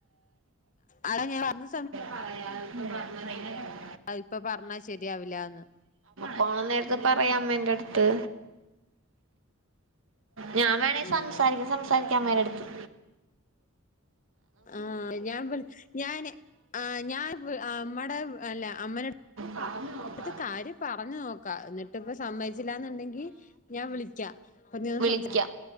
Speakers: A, on the left; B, on the right.
A: അടാ ഞാൻ പറഞ്ഞ
B: പറയാ പറ <unintelligible> <unintelligible>
A: ആ ഇപ്പൊ പറഞ്ഞാ ശരിയാവില്ലന്ന്
B: പോവാൻ നേരത്തെ പറയാം അമ്മ എന്റെ അടുത്ത് ഞാൻ വേണെ
A: ആഹ്
B: സംസാരിക്കും സംസാരിക്കാം അമ്മേരെടുത്ത്
A: ആ ഞാൻ ഞാന് ആ ഞാൻ അമ്മടെ അല്ല അമ്മന
B: പറഞ്ഞോ ക്ക്
A: എന്ന് കാര്യം പറഞ്ഞു നോക്കാം എന്നിട്ട് ഇപ്പ സമ്മതിച്ചില്ല എന്നുണ്ടെങ്കിൽ ഞാൻ വിളിക്കാം അപ്പൊ നീ സം
B: ക്കാ